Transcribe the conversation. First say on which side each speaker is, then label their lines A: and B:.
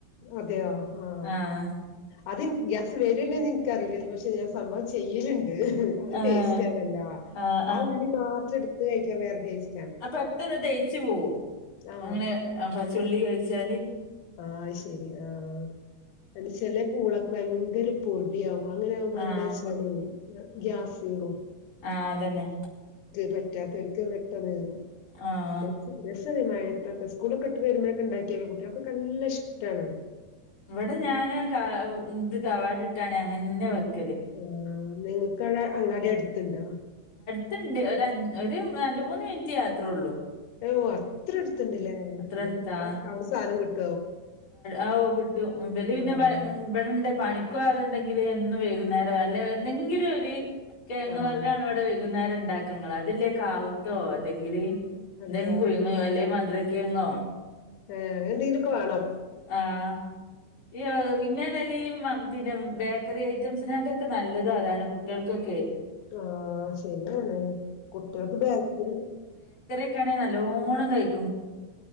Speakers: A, on the left; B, on the left.
A: അതെയോ? ആ
B: ആഹ്
A: അത് ഗ്യാസ് വരല്ലോന്ന് ഇൻക്ക് ക്ക്റിയില്ല പക്ഷെ ഞാൻ സംഭവം ചെയ്യലി ണ്ട് അ
B: ആഹ്
A: ടേസ്റ്റ്ല്ല
B: ആഹ്
A: ആ ഉള്ളി മാത്രം ടത് കഴിക്കാൻ വേറെ ടേസ്റ്റ്
B: ആ പെട്ടെന്ന് ദയിച്ചു പോവും
A: ആ.
B: അങ്ങനെ പച്ചുള്ളി കഴിച്ചാല്
A: ആഹ ശെരി ആഹ അ ചെല പൂളൊക്കെ ഭയങ്കര പൊടിയവുംും അങ്ങനെആവുമ്പോ
B: ആഹ്
A: എന്താച്ചാലേ ഗ്യാസ്റും
B: ആഹ അതന്നെ
A: പറ്റാത്തവർക്ക് വെട്ടതറും
B: ആഹ്
A: <unintelligible> മഴത്തൊക്കെ സ്കൂളൊക്കെ ഇട്ട് വരുമ്പോഴൊക്കെ ണ്ടാക്കിയാല കുട്ടിൾകൊക്കെ നല്ല ഇഷ്ടണത്
B: ഇവിടെ ഞാന് ഇന്ത് കവാഡ് ഇട്ടാണ് അങ്ങനെ വെക്ക
A: ആ നിങ്ങൾക്ക്വിടെ അങ്ങാടി അടുത്തണ്ടോ
B: ണ്ട് ഒരു രണ്ട് മൂന്ന് മിനിറ്റ് യാത്രേ ഉള്ളു
A: അയഓ അത്ര അടുത്തണ്ടല്ലേ എന്നിട്ട്പ്പ
B: അത്ര അടുത്താ
A: അവിടെ സാധനം കിട്ടി
B: ആ കിട്ടു വല പിന്നെ
A: ആഹ്
B: വ വിെടെന്റെ പണി ക്ക അണ്ടെങ്കിൽ എന്നും വൈകുന്നേരം അല്ലെ എന്തെങ്കിലും ഒരു കേങ്ങ്
A: ആഹ്
B: വർഗണ ഇവിടെ വൈകുന്നേരം ഉ ഉണ്ടാക്കങ്ങ അതല്ലേ കാവുത്തോ അല്ലെങ്കിൽ എന്തെങ്കിലും
A: അതെയോ
B: പുഴുങ്ങോ അല്ലെ മുര കേങ്ങോ
A: ആഏ എന്തെങ്കിലൊക്കെ വണം
B: ആഹ ഈ വിന്നേ നലും പിന്നെ ബേക്കറി ഐറ്റംസിനായിട്ടൊക്കെ നല്ലത അതാണ് കുട്ടിൾക്കൊക്കെ
A: ആഹ ശരിയാണ് കുട്ടിൾക്ക് ബാക്കറി
B: െ നല്ലോണം കഴിക്കു